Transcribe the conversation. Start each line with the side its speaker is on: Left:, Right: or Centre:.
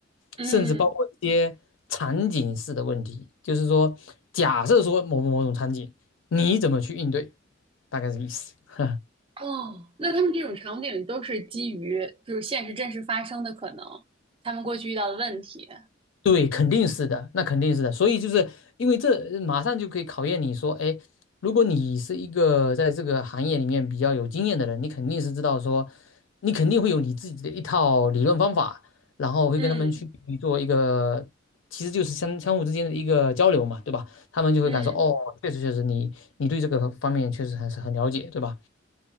Right: 嗯，
Left: 甚至包括一些场景式的问题，就是说假设说某某某种场景，你怎么去应对，大概是意思。<laughs>
Right: 哦，那他们这种场景都是基于就是现实真实发生的可能，他们过去遇到的问题，
Left: 对，肯定是的，那肯定是的。所以就是因为这马上就可以考验你说，哎，如果你是一个在这个行业里面比较有经验的人，你肯定是知道说，你肯定会有你自己的一套理论方法，然后会跟他们去做一个，
Right: 嗯
Left: 其实就是相相互之间的一个交流嘛，对吧？他们就会感受，
Right: 嗯
Left: 哦，确实确实你你对这个方面确实还是很了解，对吧？